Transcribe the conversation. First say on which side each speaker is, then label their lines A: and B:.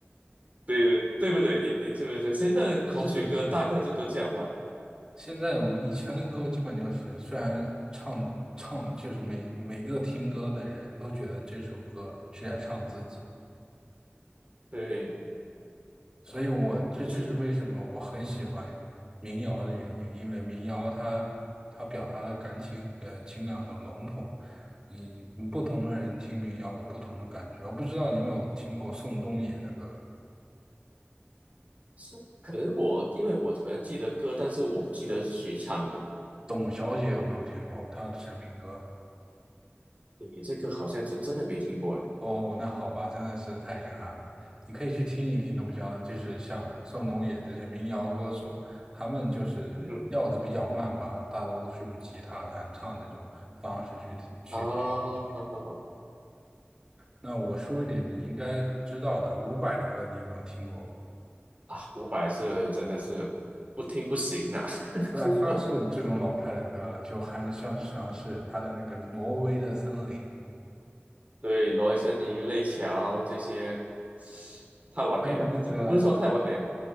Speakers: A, on the right; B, on the right.
A: 对对不对？你你这么说，现在的口水歌大概就都这样吧。
B: 是是是，现在我以前的歌基本就是，虽然唱唱就是每每个听歌的人都觉得这首歌是在唱自己，
A: 对，
B: 所以我这就是为什么我很喜欢民谣的原因，
A: 嗯，这
B: 因为民谣它它表达的感情呃情感很笼统，你不同的人听民谣有不同的感觉。我不知道你有没有听过宋冬野的歌，
A: 是可能我因为我可能记得歌，但是我不记得是谁唱的。
B: 董小姐有没有听过她的成名歌？
A: 你这个好像是真的没听过哎
B: 哦，那好吧，真的是太遗憾了。你可以去听一听董潇，就是像宋冬野这些民谣歌手，他们就是调子比较慢吧，
A: 嗯
B: 大多都是用吉他弹唱这种方式去去去。
A: 啊，
B: 去
A: 好好好
B: 那我说一点你应该知道的，伍佰的歌你有没有听过？
A: 啊，伍佰是真的是不听不行啊。<laughs>
B: 对啊，他是这种老派的歌了，就还像像是他的那个《挪威的森林》，
A: 对，罗文森林、泪桥这些太完美了，
B: 还有那个
A: 我不是说太完美，